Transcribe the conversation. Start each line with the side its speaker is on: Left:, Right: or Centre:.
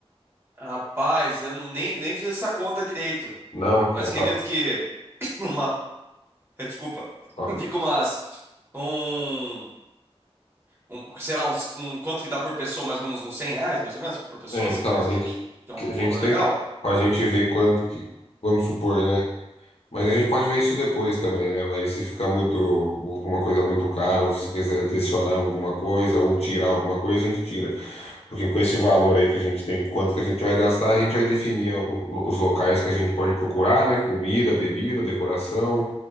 Right: Rapaz, eu não- nem, nem fiz essa conta direito.
Left: Não? Então
Right: Mas acredito
Left: tá.
Right: que <laughs> uma. eh, Desculpa.
Left: Ó.
Right: <laughs> Fica umas. Um, um. Sei lá, um, um- Quanto que dá por pessoa? Mais ou menos uns cem reais, mais ou menos, por pessoa?
Left: É, então
Right: Você acredita
Left: a gente,
Right: que, que é
Left: que
Right: um
Left: a gente
Right: valor
Left: tem
Right: legal?
Left: que. A gente ver quanto que. Vamos supor, né? Mas a gente pode ver isso depois também, né? Daí se ficar muito, alguma coisa muito cara, ou se você quiser adicionar alguma coisa, ou tirar alguma coisa, a gente tira. Porque com esse valor aí que a gente tem, quanto que a gente vai gastar, a gente vai definir o- os locais que a gente pode procurar, né? Comida, bebida, decoração,